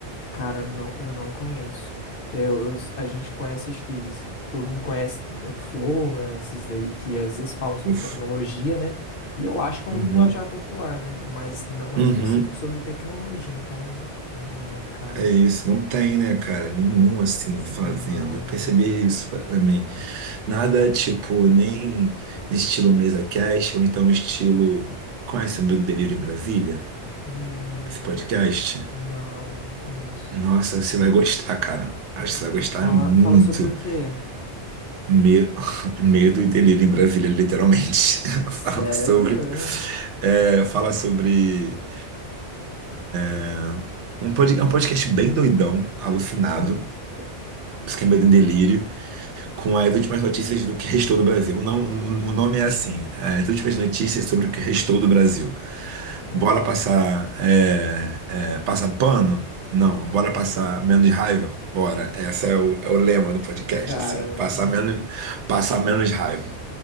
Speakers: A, on the left; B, on the right.
A: cara, não, eu não conheço. É, eu- eu- a gente conhece, acho que se- todo mundo conhece o Flow, né? Esses daí que às vezes falam sobre
B: Uf,
A: tecnologia, né? E eu acho que é um
B: uhum,
A: linguajar popular, né? Mas não
B: uhum,
A: é específico sobre tecnologia, então, não, cara.
B: é isso. Não tem, né, cara? Nenhum assim fazendo.
A: Não.
B: Eu percebi isso pra mim. Nada tipo, nem estilo mesa cast, ou então estilo. Conhece o Meu Delírio em Brasília?
A: Hum,
B: Esse podcast?
A: não, não conheço.
B: Nossa, você vai gostar, cara. Acho que você vai gostar
A: Fala,
B: muito.
A: fala sobre o quê?
B: Me- <laughs> Medo e delírio em Brasília, literalmente. <laughs>
A: Sério?
B: Fala sobre. é, fala sobre. ah, Um, pod... é um podcast bem doidão, alucinado.
A: <laughs>
B: Por isso que é Medo e Delírio. com as últimas notícias do que restou do Brasil. O, não- o- nome é assim: As últimas notícias sobre o que restou do Brasil.
A: Legal.
B: Bora passar, é, é, passar pano? Não. Bora passar menos raiva? Bora. Esse é o, é o lema do podcast,
A: Caramba.
B: assim. Passar menos, passar menos raiva.